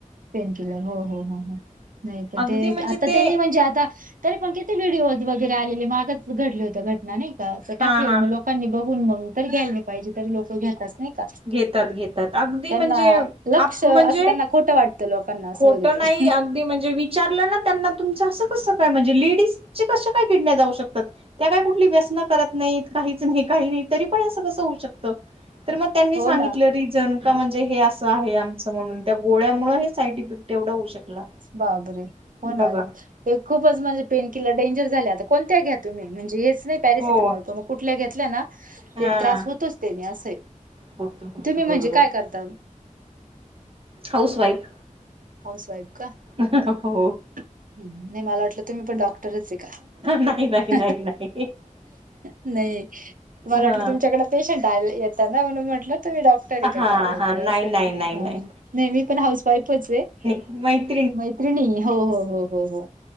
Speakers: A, on the right; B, on the right.
A: पेन किलर हो हो हो हो नाही पण
B: अगदी
A: ते
B: म्हणजे
A: आता
B: ते
A: त्यांनी म्हणजे आता तरी पग तिे व्हिडिओज वगैरे आलेले म मागच घडले हों घटना नाही का टाकलेलं
B: हा हा
A: मग लोकांनी बघून बघून तर ग्यायला नाही पाहिजे तरी लक घ नाही का
B: घेतात घेतात अगदी
A: त्यांना
B: म्हणजे
A: लक्ष
B: आप
A: असं
B: म्हणजे
A: त्यांना खोटं वाटतं लोकांना असं
B: खोटं
A: होत ते
B: नाही अगदी म्हणजे विचारलं ना त्यांना तुमच असं कस काय म्हणजे, लेडीज चे कस काय किडण्या जाऊ शकतात. त्या काय कुठली व्यसन करत नाहीत, काहीच नाही काही नाही, तरी पण असं कसं होऊ शकत. तर मग त्यांनी
A: हो
B: सांगितलं
A: ना
B: रिझन का म्हणजे हे असं आहे आमचं म्हणून त्या गोळ्यामुळे हे साईड इफेक्ट तेवढा होऊ शकला.
A: बाबरे! होणार
B: बघा
A: ते खूपच म्हणजे, पेनकिलर डेंजर झाल्या आता कोणत्या घ्या तुम्ही म्हणजे हेच नाही पॅरसिटमॉल
B: हो
A: पण कुठल्या घेतल्या ना
B: हा
A: ते त्रास होतोच त्यानी असंय.
B: होतो होतो
A: तुम्ही म्हणजे
B: बरोबर
A: काय करता?
B: हाऊसवाईफ.
A: हाऊसवाईफ.
B: <inaudible> हो.
A: हम्म नाही मला वाटलं तुम्ही पण डॉक्टरचये का?
B: नाही नाही
A: <inaudible>
B: नाही नाही
A: नाही मला
B: हा
A: वाटलं तुमच्याकडे पेशंट आल- येत त-म्हणून म्हटलं तुम्ही डॉक्टर आहे
B: हा
A: का काय वगैरे
B: हा नाही
A: असं,
B: नाही नाही
A: हं-हं
B: नाही
A: नाही मी पण हाऊसवाईफच आहे.
B: मै
A: मैत्रिणी हो- हो- हो- हो- हो